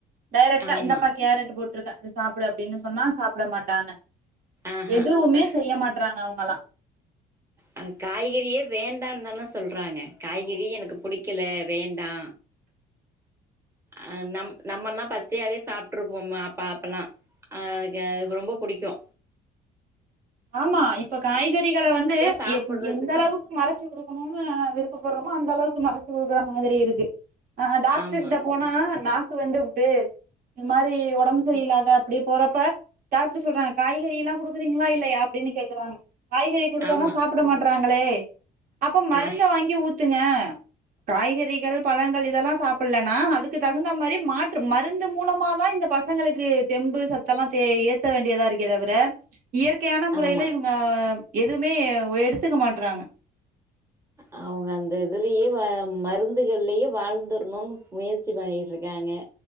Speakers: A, on the right (about 55°); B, on the right (about 15°).
A: டேரெக்டா
B: ஆமா
A: இந்த ப கேரட்டு போட்ருக்க இத சாப்டு அப்டினு சொன்னா சாப்ட மாட்டாங்க
B: ஆஹா
A: எதுவுமே செய்ய மாட் றாங்க அவுங்களா
B: அவுங் காய்கறியே வேண்டான் தான சொல்றாங்க காய்கறியே எனக்கு புடிக்கல வேண்டா அ நம் நம்மல்லா பச்சையாவே சாப்ருப்போமா அப்பா அப்பலா அ ஓகே அதுக்கு ரொம்போ புடிக்கோ
A: ஆமா இப்ப காய்கறிகள வந்து
B: சாப்புட்றதுக்கு
A: எப் எந்த அளவுக்கு மறச் சி குடுக்குனோன்னு விருப்பபட்ரோமோ அந்த அளவுக்கு மறச்சு குடுக்றா மாதிரி இருக்கு அ அ டாக்ட்ரு
B: ஆமா
A: கிட்ட போனா நாக்கு வெந்துபுட்டு இம்மாரி ஒடம்சரியில்லாத அப்டி போறப்ப டாக்ட்ரு சொல்றாங்க காய்கறில்லா குடுக்குறீங்ளா இல்லயா அப்டின்னு கேக்கறாங்க காய்கறி குடுத்தாதா
B: ஆமா
A: சாப்புட மாட்றாங்களே அப்ப மருந்த
B: காய்
A: வாங்கி ஊத்துங்க காய்கறிகள் பழங்கள் இதெல்லா சாப் ப்பிலனா அதுக்கு தகுந்த மாரி மாற்று மருந்து மூலமா தா இந்த பசங்களுக்கு தெம்பு சத்தெல்லாம் தே ஏத் த்தவேண்டியதா இருக்கே தவிர இயற்கை கையான முறையில
B: ஆமா
A: இவுங்க எதுவுமே எடுத்துக்க மாட்றாங்க
B: அவுங்க அந்த இதுலயே வ மருந்துகள்லயே வாழ்ந்துரணுனு முயற்சி பண்ணிட் இருக்காங்க